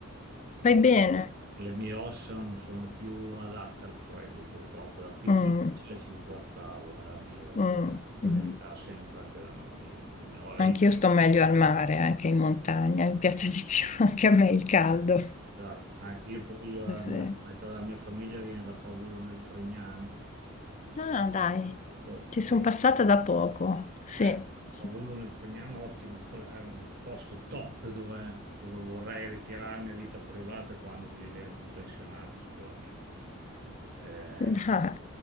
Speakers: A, on the right (about 50°); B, on the left (about 35°).
A: no,
B: Fai bene.
A: le mie ossa non sono più adatte al freddo, purtroppo. Da piccoli
B: Mm,
A: invece ci sguazzavo nella neve.
B: mm,
A: vabbè, Poi
B: mm.
A: nevicava sempre anche da noi a Vignola. Io...
B: Anche io sto meglio al mare, anche in montagna, mi piace di più, <laughs> anche a me il caldo.
A: Ah, Esatto, anche io poi eh, la
B: Sì.
A: mia- metà della mia famiglia viene da Pavullo nel Fregnano,
B: No,
A: che
B: no,
A: è,
B: dai,
A: molto-
B: ci sono
A: eh,
B: passata da poco, sì.
A: eh,
B: <laughs>
A: Pavullo nel Fregnano, ottimo, è un posto top dove, dove vorrei ritirarmi a vita privata quando divento un pensionato, sicuramente eh,
B: Dai.